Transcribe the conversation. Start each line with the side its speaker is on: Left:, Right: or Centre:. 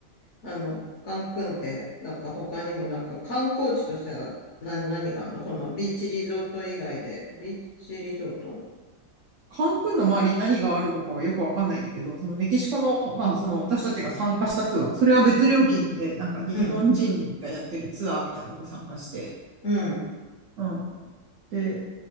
Left: あの、カンクンって、なんか他にもなんか観光地としては何、何があるのそのビーチリゾート以外で。ビーチリゾート
Right: カンクンの周りに何があるのかはよくわかんないんだけど、そのメキシコの、まあその私たちが参加したツアー、それは別料金で、なんか日本人がやってるツアーみたいなとこに参加して、
Left: うん、うん。
Right: うん。で、